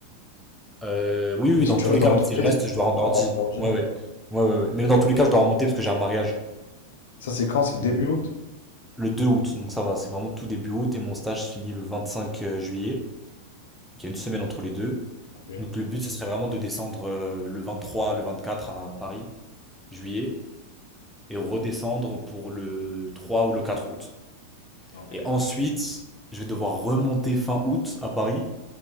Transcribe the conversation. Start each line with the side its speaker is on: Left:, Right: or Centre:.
Centre: Euh, oui, oui,
Left: Si
Centre: dans
Left: tu
Centre: tous
Left: restes
Centre: les cas,
Left: dans l'entreprise,
Centre: même si je reste, je dois rendre
Left: tu vas
Centre: l'ordi.
Left: avoir un ordi.
Centre: Ouais, ouais. Ouais, ouais, ouais. Mais dans tous les cas, je dois remonter parce que j'ai un mariage
Left: Ça, c'est quand? C'est début
Centre: le,
Left: août?
Centre: le 2 août. Donc ça va, c'est vraiment tout début août et mon stage se finit le 25 juillet. Donc il y a une semaine entre les deux.
Left: Ok,
Centre: Donc le but, ce serait vraiment de descendre euh, le trois le 24 à Paris, juillet, et redescendre pour le 3 ou le 4 août.
Left: ok.
Centre: Et ensuite, je vais devoir remonter fin août à Paris